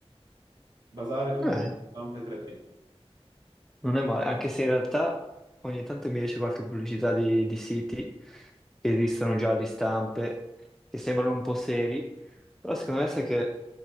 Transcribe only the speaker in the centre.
Eh,
non è male, anche se in realtà ogni tanto mi esce qualche pubblicità di, di siti che esistono già di stampe, che sembrano un po' seri, però secondo me sai che